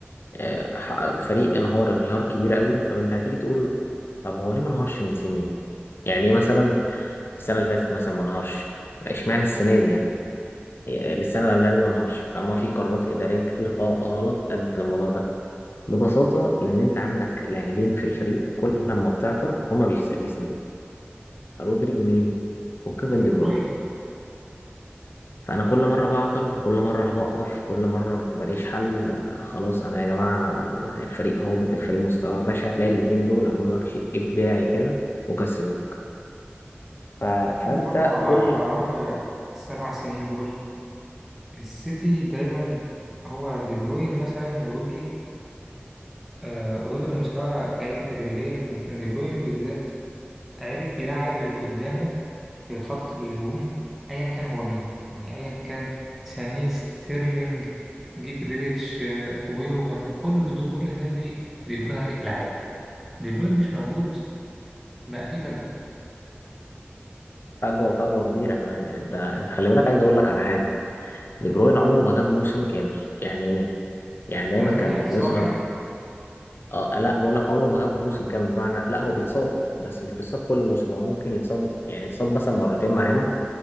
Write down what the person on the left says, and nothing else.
آه، آه، فريق انهار انهيار كبير قوي طب أنت هتيجي تقول طب هو ليه ما انهارش من سنين؟ يعني ليه مثلا السنة اللي فاتت مثلا ما انهارش؟ اشمعنى السنة دي يعني؟ آه، السنة اللي قبلها ليه ما انهارش؟ طالما في قرارات إدارية كتير غل- غلط أدت للموضوع ده ببساطة لأن أنت عندك لاعبين في الفريق كل لما بتعطل هما بيس- بيسندوك رودري ومين؟ وكيفن
دي بروين فأنا كل مرة بعطل كل مرة بقف كل مرة ما بلاقيش حل آه، خلاص أنا يا جماعة الفريق هابط الفريق مستوى بشع هتلاقي الاتنين دول عملوا لك شيء إبداعي كده وكسبوك ف...
فأنت
كل
فجوة فجوة كبيرة كمان أنت أنت خلي بالك عايز أقول لك على حاجة دي بروين عمره ما غاب موسم كامل يعني إيه؟ يعني دايما
كان
يظهر
اه لا بقول لك عمره ما غاب موسم كامل بمعنى لا هو بيتصاب بس مش بيتصاب كل موسم هو ممكن يتصاب يعني يتصاب مثلا مرتين معانا